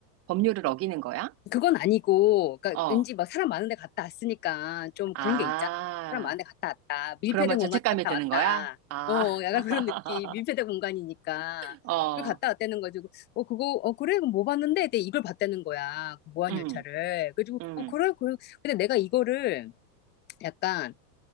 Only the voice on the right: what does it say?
법률을 어기는 거야?
어,
아,
그러면 죄책감이
드는
거야? 아,
<laughs>
어,
음,
음,